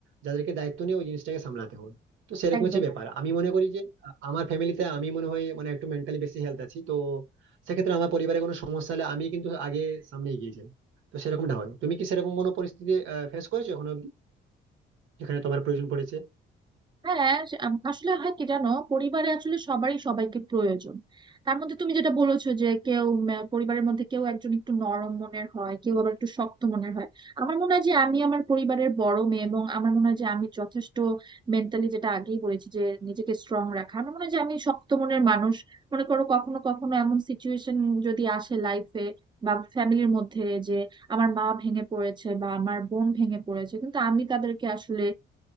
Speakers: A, on the right; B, on the right.
A: যাদেরকে দায়িত্ব নিয়ে ওই জিনিসটাকে সামলাতে হয় তো সেরকম
B: একদম
A: হচ্ছে ব্যাপার আমি মনে করি যে আহ, আমার ফ্যামিলিতে আমি মনে হয় মানে একটু মেন্টালি বেশি হেলথ আছি তো সেক্ষেত্রে আমার পরিবারে কোনো সমস্যা হলে আমি কিন্তু আগে সামনে এগিয়ে যাই তো সেরকমটা হয় তুমি কি সেরকম কোনো পরিস্থিতি ফেস করেছো এখনো অব্দি যেখানে তোমার প্রয়োজন পড়েছে
B: হ্যাঁ সে- আম- আসলে হয় কি জানো পরিবারে আসলে সবারই সবাইকে প্রয়োজন তার মধ্যে তুমি যেটা বলেছো যে কেউ উম, আহ, পরিবারের মধ্যে কেউ একজন একটু নরম মনের হয় কেউ আবার একটু শক্ত মনের হয় আমার মনে হয় যে আমি আমার পরিবারের বড় মেয়ে এবং আমার মনে হয় যে আমি যথেষ্ট মেন্টালি যেটা আগেই বলেছি যে নিজেকে স্ট্রং রাখা আমার মনে হয় যে আমি শক্ত মনের মানুষ মনে করো কখনো কখনো এমন সিচুয়েশন যদি আসে লাইফে বা ফ্যামিলির মধ্যে যে আমার মা ভেঙে পড়েছে বা আমার বোন ভেঙে পড়েছে কিন্তু আমি তাদেরকে আসলে